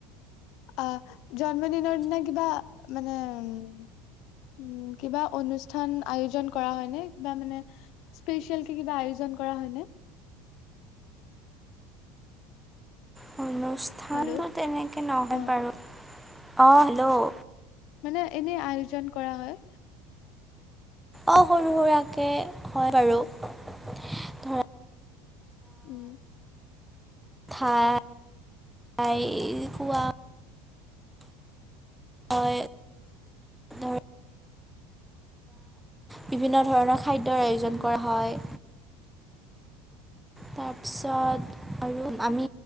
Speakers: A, on the left; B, in the centre.
A: আ জন্মদিনৰ দিনা কিবা মানে উ কিবা অনুষ্ঠান আয়োজন কৰা হয়নে কিবা মানে স্পেচিএল কে কিবা আয়োজন কৰা হয় নে?
B: <inaudible> স্থানটো
A: হেল্ল'
B: তেনেকে নহয়
A: অ
B: বাৰু। অ' হেল্ল'।
A: মানে এনে আয়োজন কৰা হয়।
B: অ' সৰু সুৰাকে হয় বাৰু। ‌ ধৰা
A: উম।
B: ঠা‌ - ঠাই খোৱা হয় ধৰা বিভিন্ন ধৰণৰ খাদ্যৰ আয়োজন কৰা হয়। তাৰপিছত আৰু আমি